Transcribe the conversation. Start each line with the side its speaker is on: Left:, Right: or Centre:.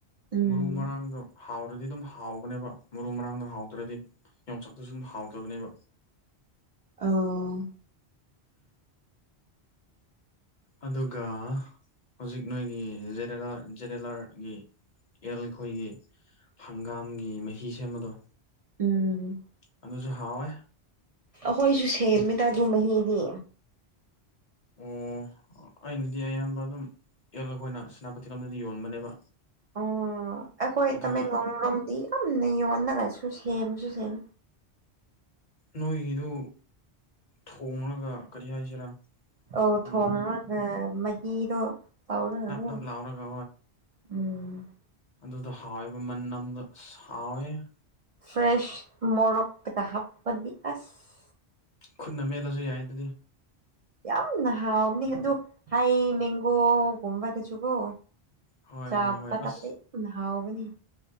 Right: ꯎꯝ
Left: ꯃꯔꯨ ꯃꯔꯥꯡꯗꯣ ꯍꯥꯎꯔꯗꯤ ꯗꯨꯝ ꯍꯥꯎꯕꯅꯦꯕ ꯃꯔꯨ ꯃꯔꯥꯡꯗꯣ ꯍꯥꯎꯗꯇ꯭ꯔꯗꯤ ꯌꯣꯡꯆꯥꯛꯇꯨ ꯁꯨꯝ ꯍꯥꯎꯇꯕꯅꯦꯕ
Right: ꯑꯧ ꯑꯣ
Left: ꯑꯗꯨꯒ ꯍꯧꯖꯤꯛ ꯅꯣꯏꯒꯤ ꯖꯦꯗꯦꯂꯥꯔ ꯖꯦꯗꯦꯂꯥꯔꯒꯤ ꯑꯦꯜ ꯈꯣꯏꯒꯤ ꯍꯪꯒꯥꯝꯒꯤ ꯃꯍꯤ ꯁꯦꯝꯕꯗꯣ
Right: ꯎꯝ
Left: ꯑꯗꯨꯁꯨ ꯍꯥꯎꯋꯦ
Right: ꯑꯈꯣꯏꯁꯨ ꯁꯦꯝꯃꯦꯗ ꯗꯨ ꯃꯍꯤꯗꯤ
Left: ꯑꯣ ꯑꯩꯅꯗꯤ ꯑꯌꯥꯝꯕ ꯑꯗꯨꯝ ꯑꯦꯜ ꯍꯣꯏꯅ ꯁ꯭ꯅꯥꯄꯇꯤ ꯂꯣꯝꯗꯗꯤ ꯌꯣꯟꯕꯅꯦꯕ
Right: ꯑꯣ ꯑꯩꯈꯣꯏ
Left: ꯑꯗꯨꯒꯤ
Right: ꯇꯃꯦꯡꯂꯣꯡ ꯔꯣꯝꯗꯤ ꯌꯥꯝꯅ ꯌꯣꯟꯅꯉꯥꯏꯁꯨ ꯁꯦꯝꯁꯨ ꯁꯦꯝ
Left: ꯅꯣꯏꯒꯤꯗꯨ ꯊꯣꯡꯔꯒ ꯀꯔꯤ ꯍꯥꯏꯁꯤꯔꯥ
Right: ꯑꯣ
Left: ꯎꯝ
Right: ꯊꯣꯡꯔꯒ ꯃꯍꯤꯗꯣ ꯇꯧꯔꯒ
Left: ꯅꯞ
Right: ꯑꯗꯨꯝ
Left: ꯅꯞ ꯂꯥꯎꯔꯒ
Right: ꯎꯝ
Left: ꯑꯗꯨꯗ ꯍꯥꯎꯋꯦꯕ ꯃꯟꯅꯝꯗꯣ ꯑꯁ ꯍꯥꯎꯋꯦꯍꯦ
Right: ꯐ꯭ꯔꯦꯁ ꯃꯣꯔꯣꯛꯇꯒ ꯍꯥꯞꯄꯗꯤ ꯑꯁ
Left: ꯈꯨꯠꯅ ꯃꯦꯠꯂꯁꯨ ꯌꯥꯏ ꯑꯗꯨꯗꯤ
Right: ꯌꯥꯝꯅ ꯍꯥꯎꯕꯅꯤ ꯑꯗꯨ ꯍꯩ ꯃꯦꯡꯒꯣ ꯒꯨꯝꯕꯗꯁꯨ ꯒꯣ
Left: ꯍꯣꯏ
Right: ꯆꯥ
Left: ꯍꯣꯏ ꯍꯣꯏ
Right: ꯄꯗꯕꯗꯤ
Left: ꯑꯁ
Right: ꯎꯅ ꯍꯥꯎꯕꯅꯤ